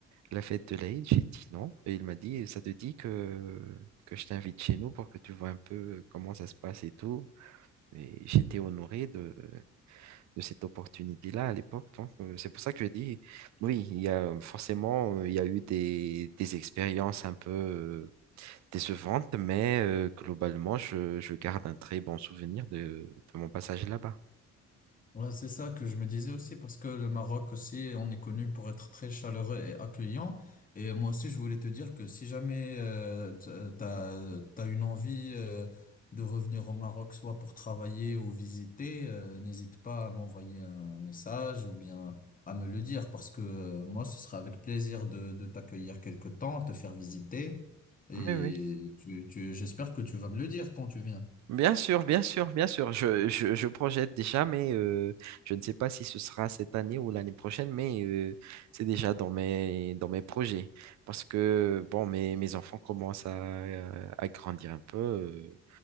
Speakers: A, on the right; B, on the left.
A: la fête de l'Aïd, j'ai dit non. Et il m'a dit, ça te dit que, que je t'invite chez nous pour que tu vois un peu comment ça se passe et tout. Et j'étais honoré de, de cette opportunité-là à l'époque. Donc, euh, c'est pour ça que je dis, oui, il y a forcément, euh, il y a eu des, des expériences un peu euh, décevantes, mais euh, globalement, je, je garde un très bon souvenir de, de mon passage là-bas.
B: Ouais, c'est ça que je me disais aussi parce que le Maroc aussi, on est connu pour être très chaleureux et accueillant. Et moi aussi, je voulais te dire que si jamais euh, t- euh, t'as t'as une envie euh, de revenir au Maroc, soit pour travailler ou visiter, euh, n'hésite pas à m'envoyer un message ou bien à me le dire parce que euh, moi, ce sera avec plaisir de de t'accueillir quelque temps, te faire visiter. Et
A: Oui, oui.
B: tu tu j'espère que tu vas me le dire quand tu viens.
A: Bien sûr, bien sûr, bien sûr. Je, je, je projette déjà, mais euh, je ne sais pas si ce sera cette année ou l'année prochaine, mais euh, c'est déjà dans mes, dans mes projets. Parce que, bon, mes, mes enfants commencent à, euh, à grandir un peu. euh,